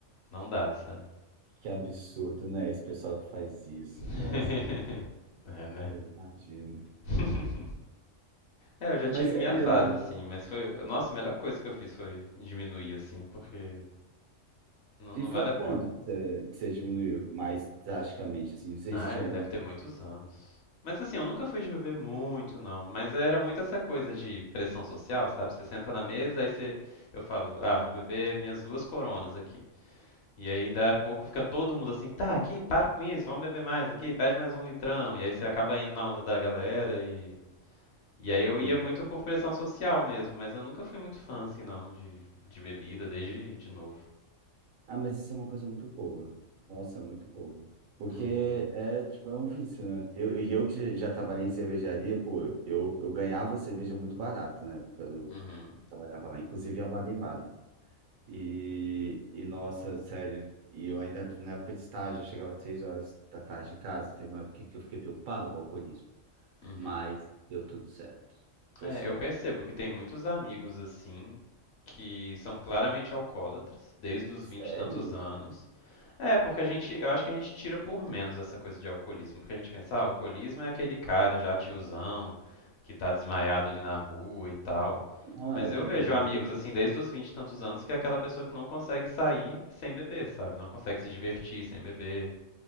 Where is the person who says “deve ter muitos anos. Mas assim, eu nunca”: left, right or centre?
Left